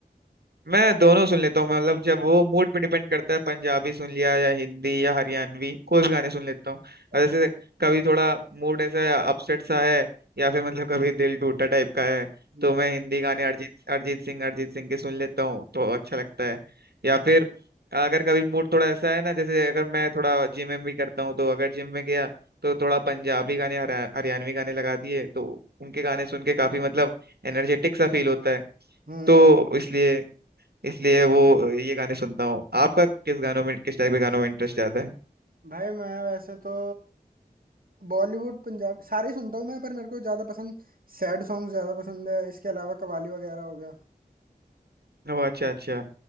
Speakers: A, on the right (about 80°); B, on the right (about 60°).
A: मैं दोनों सुन लेता हूँ मैं मतलब जब वो मूड पे डिपेंड करता है पंजाबी सुन लिया या हिंदी या हरियाणवी कोई भी गाने सुन लेता हूँ
B: अच्छा
A: और जैसे कभी थोड़ा मूड ऐसा अपसेट सा है या फिर मतलब कभी दिल टूटा टाइप का है तो
B: ले
A: मैं हिंदी गाने अरिजीत अरिजीत सिंह अरिजीत सिंह के सुन लेता हूँ तो अच्छा लगता है या फिर अगर कभी मूड थोड़ा ऐसा है ना जैसे अगर मैं थोड़ा जिम में भी करता हूँ तो अगर जिम में गया तो थोड़ा पंजाबी गाने हरा- हरियाणवी गाने लगा दिए तो उनके
B: हाँ
A: गाने सुन के काफी मतलब एनर्जेटिक सा फील होता है
B: हम्म
A: तो इसलिए इसलिए वो ये गाने सुनता हूँ आपका किस गानों में किस टाइप के गानों में इंटरेस्ट ज्यादा है
B: भाई मैं वैसे तो बॉलीवुड पंजाब सारे ही सुनता हूँ मैं पर मेरे को ज्यादा पसंद सैड सॉन्ग ज्यादा पसंद है इसके अलावा कवाली वगैरह हो गया
A: ओ अच्छा अच्छा